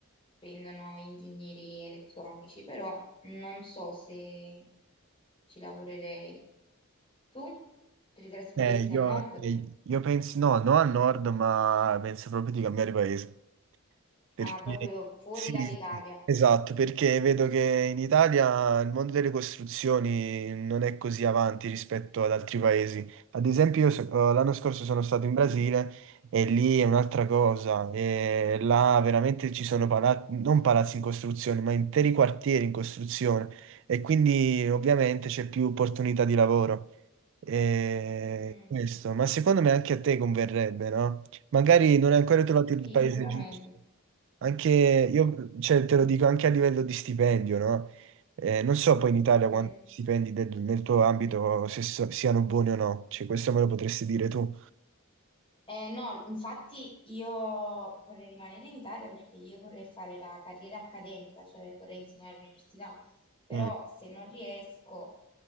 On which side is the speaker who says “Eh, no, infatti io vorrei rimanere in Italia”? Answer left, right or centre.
Left